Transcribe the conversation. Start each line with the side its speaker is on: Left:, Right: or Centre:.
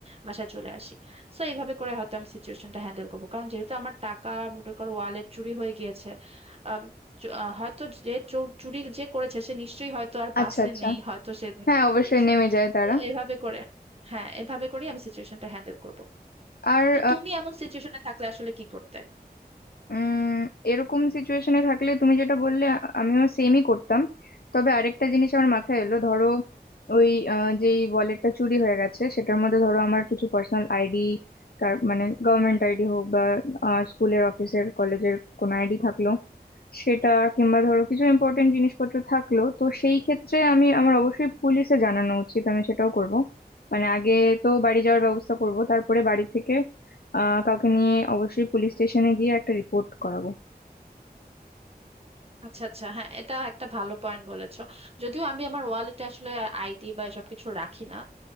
Right: বাসায় চলে আসি সো এইভাবে করে হয়তো আমি সিচুয়েশনটা হ্যান্ডেল করবো কারণ যেহেতু আমার টাকা মনে করো ওয়ালেট চুরি হয়ে গিয়েছে আম, চ- আহ, হয়তো যে চোর- চুরি যে করেছে সে নিশ্চয়ই হয়তো আর
Left: আচ্ছা
Right: বাসে
Left: আচ্ছা
Right: নেই হয়তো সে নিয়ে
Left: হ্যাঁ অবশ্যই
Right: গিয়েছে
Left: নেমে যায় তারা
Right: তো এভাবে করে হ্যাঁ এভাবে করেই আমি সিচুয়েশনটা হ্যান্ডেল করবো
Left: আর
Right: তো তুমি এমন সিচুয়েশনে থাকলে আসলে কি করতে
Left: উম এরকম সিচুয়েশনে থাকলে তুমি যেটা বললে আ- আমিও সেমই করতাম তবে আরেকটা জিনিস আমার মাথায় এলো ধরো ওই আহ, যেই ওয়ালেটটা চুরি হয়ে গেছে সেটার মধ্যে ধরো আমার কিছু পার্সোনাল আইডি তার মানে গভর্নমেন্ট আইডি হোক বা আহ, স্কুলের অফিসের কলেজের কোনো আইডি থাকলো সেটা কিংবা ধরো কিছু ইম্পর্টেন্ট জিনিসপত্র থাকলো তো সেই ক্ষেত্রে আমি আমার অবশ্যই পুলিশে জানানো উচিত আমি সেটাও করব মানে আগে তো বাড়ি যাওয়ার ব্যবস্থা করব তারপরে বাড়ি থেকে আহ কাউকে নিয়ে অবশ্যই পুলিশ স্টেশনে গিয়ে একটা রিপোর্ট করাবো
Right: আচ্ছা আচ্ছা হ্যাঁ এটা একটা ভালো পয়েন্ট বলেছো যদিও আমি আমার ওয়ালেটে আসলে আইডি বা এসব কিছু রাখি না